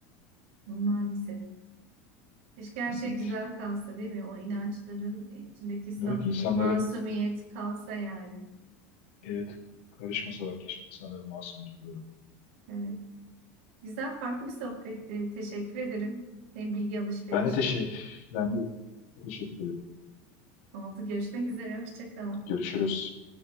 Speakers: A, on the right; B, on the left.
A: maalesef. Keşke her
B: Evet.
A: şey güzel kalsa değil mi? O inançların içindeki saflık,
B: Evet, insanların
A: masumiyet kalsa yani.
B: evet karışmasalar keşke insanların masumdur.
A: Evet. Güzel, farklı bir sohbetti. Teşekkür ederim. Hem bilgi alışverişi
B: Ben de teşekkür, ben de teşekkür ederim.
A: oldu. Görüşmek üzere. Hoşça kal.
B: Görüşürüz.